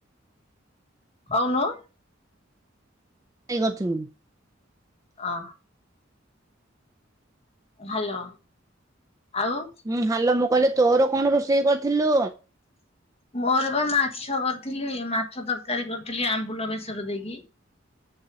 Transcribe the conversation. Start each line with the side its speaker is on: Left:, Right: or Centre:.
Left: କହୁନୁ।
Right: କାଇ କରିଥିଲୁ।
Left: ଅଁ। ହାଲୋ ଆଉ।
Right: ହୁଁ ହାଲୋ ମୁଁ କହିଲି ତୋର କଣ ରୋଷେଇ କରିଥିଲୁ?
Left: ମୋର ବା ମାଛ କରିଥିଲି ମାଛ ତରକାରୀ କରିଥିଲି ଆମ୍ବୁଲ ବେସର ଦେଇକି।